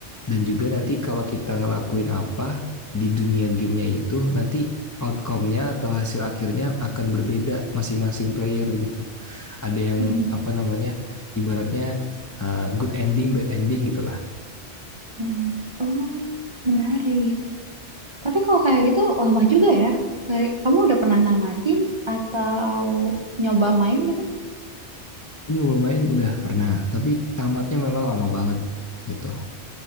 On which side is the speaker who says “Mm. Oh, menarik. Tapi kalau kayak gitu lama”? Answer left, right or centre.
Right